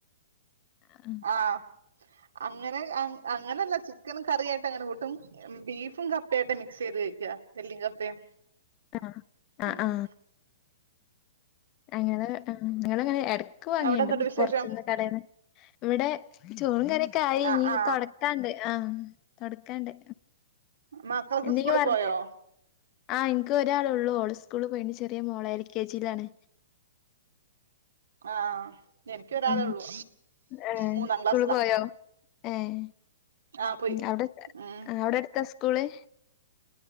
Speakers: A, on the left; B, on the right.
A: ആ
B: ആഹ് അങ്ങനെ അങ്ങനെയല്ല ചിക്കൻ. കറിയായിട്ട് അങ്ങനെ കൂട്ടും, ബീഫും കപ്പ ആയിട്ട് മിക്സ്. മിക്സ്‌ ചെയ്തു കഴിക്കാം എല്ലും കപ്പയും,
A: ആ ആ ആ
B: ഉം.
A: ഞങ്ങള് ഞങ്ങള് ഇങ്ങനെ ഇടയ്ക്ക് വാങ്ങിയുണ്ട്
B: അവിടെ എന്തുണ്ട് വിശേഷം
A: പുറത്തന്ന്. കടേന്ന് ഇവിടെ ചോറും കറിയൊക്കെ ആയി
B: ആഹ്
A: ഇനി
B: ആഹ്
A: തൊട ക്കാനുണ്ട് ആഹ് തൊടക്കാനുണ്ട്
B: മക്കളൊക്കെ
A: എന്തെങ്കിലും
B: സ്കൂളിൽ
A: വർ
B: പോയോ
A: ആഹ് ഇനിക്ക് ഒരാള് ഉള്ളൂ, ഓള് സ്കൂള് പോയി ചെറിയ മോളാ എൽ കെ ജി യിലാണ്.
B: ആഹ് എനിക്ക് ഒരാളെ
A: ഉം
B: ഉള്ളൂ
A: ഏഹ്
B: മൂന്നാം
A: സ്കൂളിൽ
B: ക്ലാസ്സിലാ
A: പോയോ? ഏഹ്
B: ആഹ് പോയി
A: അവിടെ
B: ഉം
A: അവിടെ അടുത്ത സ്കൂള്?